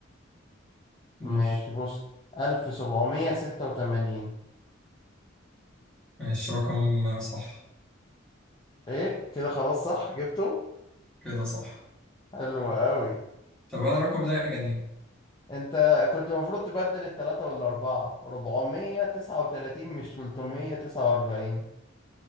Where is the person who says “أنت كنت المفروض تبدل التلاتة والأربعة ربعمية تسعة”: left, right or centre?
Left